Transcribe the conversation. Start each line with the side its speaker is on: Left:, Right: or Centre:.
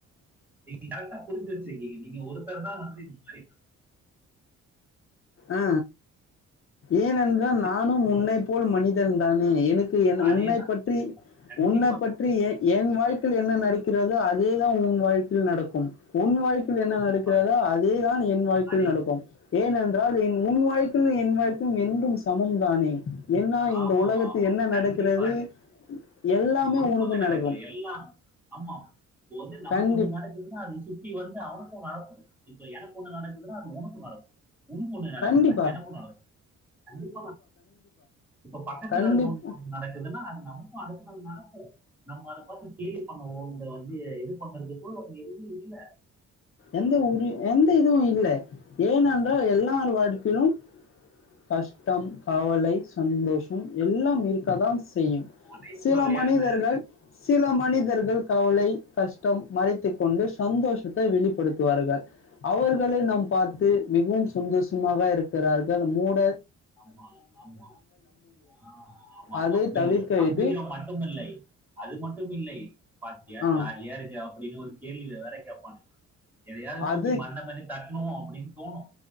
Centre: நீங்க கரட்டா புரிஞ்சு வச்சிருக்கீங்க நீங்க ஒருத்தர் தா வந்து இப்டி
Left: ஆ ஏனென்றால்
Centre: புரியுது.
Left: நானும் உன்னை போல் மனிதன்தானே எனக்கு என்
Centre: அதே
Left: உன்னை
Centre: தான்
Left: பற்றி
Centre: புரியுதா? கண்டிப்பா
Left: உன்னை பற்றி ஏ ஏன் வாழ்க்கையில் என்ன நடக்கிறதோ அதேதான் உன் வாழ்க்கையில் நடக்கும் உன் வாழ்க் க்கையில் என்ன
Centre: கண்டிப்பா
Left: நடக்கிறதோ அதேதான் என் வாழ்க்கையில்
Centre: அதே
Left: நடக்கும் ஏனென் உன் வாய்ப்பும் என் வாய்ப்பும் என்றும் சமம் தானே என்னா
Centre: ஆமா
Left: இந்த உலகத்து
Centre: ஆமா ஆமா
Left: என்ன நடக்கிறது
Centre: கண்டிப்பா
Left: எல்லாமே
Centre: ஒண்ணுமே
Left: உனக்கும்
Centre: நடக்கல
Left: நடக்கும்
Centre: எல்லாம் ஆமா இப்போ வந்து நமக்கு
Left: கண்டி
Centre: ஒண்ணு நடக்குதுன்னா அது சுத்தி வந்து அவனுக்கும் நடக்கும் இப்ப எனக்கு ஒன்னு நடக்குதுன்னா அது உனக்கும் நடக்கும் உனக்கு ஓண்ணு நடக்குதுன்னா
Left: கண்டிப்பா
Centre: எனக்கும் நடக்கும் கண்டிப்பா இப்ப பக்கத்துல
Left: கண்டிப்பா
Centre: இருக்கவங்க நடக்குதுன்னா அது நமக்கும் அடுத் த்து நம் நடக்கும் நம்ம அத பாத்து கேளி பண்ணவோ இல்ல வந்து இது பண்றதுக்கோ அங்க எதுமே இல்ல
Left: எந்த உரி எந்த இதுவும் இல்ல ஏனன்றா எல்லார் வாழ்க்கிலும் கஷ்டம் கவலை சந்தோஷம் எல்லாம் இருக்க தான் செய்யும்
Centre: அனைத்து
Left: சில
Centre: வகையான
Left: மனிதர்கள் சில மனிதர்கள் கவலை கஷ்டம் மறைத்துக்க கொண்டு சந்தோஷத்தை வெளிப்ப படுத்துவார்கள் அவர்களை நாம் பார்த் து மிகவும் சந்தோஷமாக இருக்கிறார்கள் மூட
Centre: ஆமா ஆமா ஆ ஆமா
Left: அதை
Centre: நம்பிகிறோம்
Left: தவிர்க்க
Centre: நம்பிகிறோம்
Left: இது
Centre: மட்டுமில்லை அது மட்டும் இல்லை பாத்தியா
Left: ஆஹ்
Centre: ஜாலியா இருக்க அப்படின்னு ஒரு கேள்வி வேற கேப்பானுக எதையாது தூக்கி
Left: அது
Centre: மண்ட மேலே தட்ணு அப்டின்னு தோணு